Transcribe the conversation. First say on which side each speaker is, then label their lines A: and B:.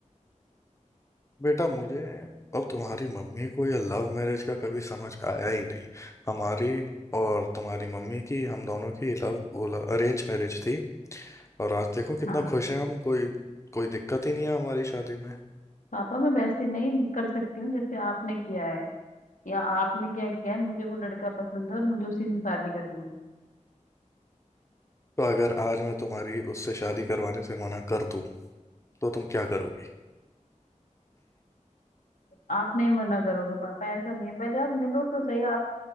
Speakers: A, on the left; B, on the left.
A: बेटा मुझे और तुम्हारी मम्मी को यह लव मैरिज का कभी समझ आया ही नहीं हमारी और तुम्हारी मम्मी की हम दोनों की लव वो अरेंज मैरिज थी और आज देखो कितना
B: हाँ
A: खुश हैं हम कोई कोई दिक्कत ही नहीं है हमारी शादी में
B: पापा मैं वैसे नहीं कर सकती हूँ जैसे आपने किया है या आपने क्या किया है मुझे वो लड़का पसंद है और मुझे उसी से शादी करनी है
A: तो अगर आज मैं तुम्हारी उससे शादी करवाने से मना कर दूं तो तुम क्या करोगी
B: आप नहीं मना करोगे पापा ऐसा नहीं है पहले आप मिलो तो सही आप